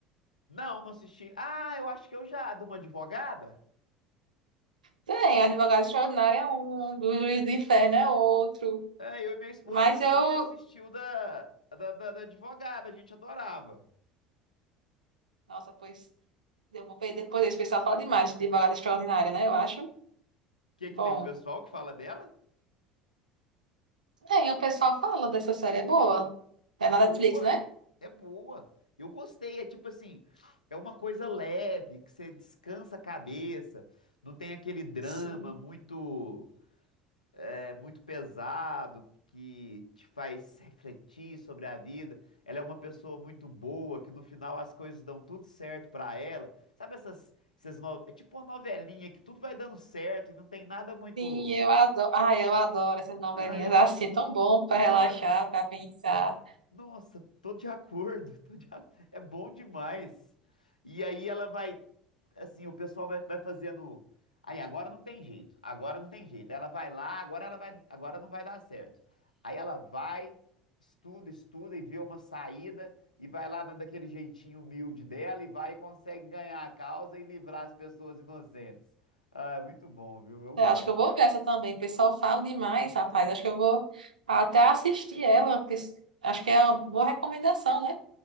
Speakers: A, on the left (about 80°); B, on the right (about 85°).
A: Não, não assisti. Ah, eu acho que eu já, de uma advogada.
B: Tem, Advogado Extraordinário é um, do Juiz do Inferno é outro.
A: É, eu e minha esposa,
B: Mas
A: tá-
B: eu.
A: a gente assistiu da, da, da, da advogada, a gente adorava.
B: Nossa, pois. Eu vou ver depois, esse pessoal fala demais de Advogado Extraordinário, né? Eu acho.
A: que
B: Bom.
A: que tem o pessoal que fala dela?
B: Tem, o pessoal fala dessa série, é boa. É
A: É boa,
B: na Netflix, né?
A: é boa. Eu gostei, é tipo assim, é uma coisa leve, que você descansa a cabeça, não tem aquele drama
B: Sim.
A: muito é, muito pesado que te faz refletir sobre a vida. Ela é uma pessoa muito boa, que no final as coisas dão tudo certo pra ela. Sabe essas, essas no- é tipo uma novelinha que tudo vai dando certo e não tem nada muito,
B: Sim, eu adoro. Ai, eu adoro essas novelinhas
A: ah, é,
B: assim, é tão bom pra
A: não
B: relaxar,
A: é
B: pra pensar.
A: Nossa, tô de acordo, tô de a- <laughs> é bom demais. E aí ela vai, assim, o pessoal vai, vai fazendo. Aí agora não tem jeito, agora não tem jeito. Ela vai lá, agora ela vai, agora não vai dar certo. Aí ela vai, estuda, estuda e vê uma saída e vai lá na- daquele jeitinho humilde dela e vai e consegue ganhar a causa e livrar as pessoas inocentes. Ah, é muito bom, viu? Eu gosto.
B: Eu acho que eu vou ver essa também. O pessoal fala demais, rapaz. Acho que eu vou até assistir ela. porque Acho que é uma boa recomendação, né?